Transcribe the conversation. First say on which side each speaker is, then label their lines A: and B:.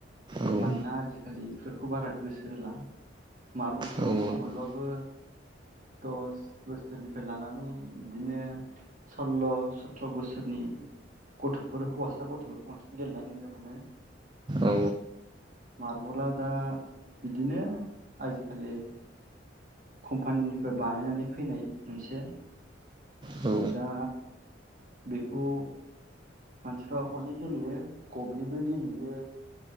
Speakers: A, on the right; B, on the right.
A: औ
B: मानोना आजिखालि बेफोर खौ बारा गोसो होला मारबलखौ
A: औ
B: खमैबाबो दस बोसोरनिफ्राय लानानै बिदिनो सल्ल' सथ्र' बोसोरनि गथ'फोर हौवासा गथ'फोरखौ बांसिन गेलेनाय नुनो मोनो
A: औ
B: मारबला दा बिदिनो आजिखालि कम्पानिनिफ्राय बानायनानै फैनाय मोनसे
A: औ
B: दा बेखौ मानसिफ्रा अनेक गेलेयो गबनिबो गेलेयो